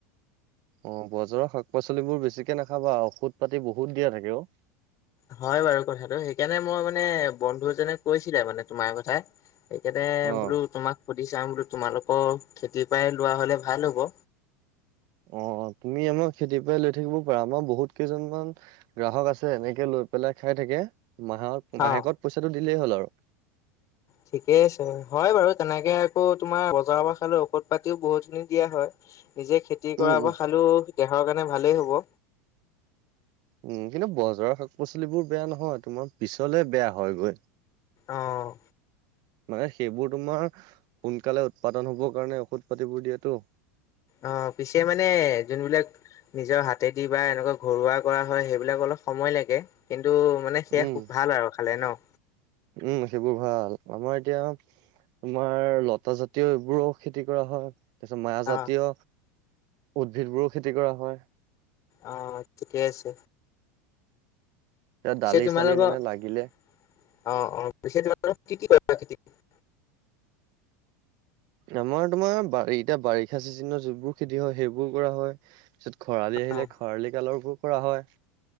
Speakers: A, on the right (about 55°); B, on the left (about 40°).
A: অ বজাৰৰ শাক পাচলিবোৰ বেছিকে নাখাবা ঔষধ পাতি বহুত দিয়া থাকে অও।
B: হয় বাৰু কথাটো সেইকাৰণে মই মানে বন্ধুএজনে কৈছিলে মানে তোমাৰ কথা। সেইকানে
A: অ',
B: বোলো তোমাক সুধি চাম বোলো তোমালোকৰ খেতিৰ পাই লোৱা হলে ভাল হ'ব।
A: অঁ তুমি আমাৰ খেতিৰ পৰাই লৈ থাকিবও পাৰা আমাৰ বহুত কেইজনমান গ্ৰাহক আছে এনেকে লৈ পেলাই খাই থাকে মাহত মাহেকত
B: অ
A: পইচাটো দিলেই হ'ল আৰু।
B: ঠিকেই আছে হয় বাৰু তেনেকে আকৌ তোমাৰ বজাৰৰ পৰা খালেও ঔষধ পাতিও বহুতখিনি দিয়া হয়। নিজে খেতি কৰা
A: উম, উম,
B: পৰা খালো দেহৰ কাৰণে ভালেই হ'ব।
A: উম কিন্তু বজাৰৰ শাক পাচলিবোৰ বেয়া নহয় তোমাৰ পিছলে বেয়া হয় গৈ।
B: অঁ।
A: মানে সেইবোৰ তোমাৰ সোনকালে উৎপাদন হবৰ কাৰণে ঔষধ পাতিবোৰ দিয়েতো।
B: অঁ পিছে মানে যোনবিলাক নিজৰ হাতেদি বা এনেকুৱা ঘৰুৱা কৰা হয় সেইবিলাক অলপ সময় লাগে কিন্তু মানে সেয়া
A: উম।
B: খুব ভাল আৰু খালে ন।
A: উম সেইবোৰ ভাল আমাৰ এতিয়া- তোমাৰ লতা জাতীয় এইবোৰো খেতি কৰা হয়। তাছত মাজাতীয়
B: অ',
A: উদ্ভিদবোৰো খেতি কৰা হয়।
B: অঁ ঠিকেই আছে।
A: এতিয়া
B: পিছে
A: দালি
B: তোমালোকৰ
A: চালি মানে লাগিলে
B: অ অ পিছে তোমালোকৰ কি কি <inaudible>
A: আমাৰ তোমাৰ বা এতিয়া বাৰিষা চিজনত যিবোৰ খেতি হয় সেইবোৰ কৰা হয়। পিছত খৰালি আহিলে
B: অ',
A: খৰালি কালৰো কৰা হয়।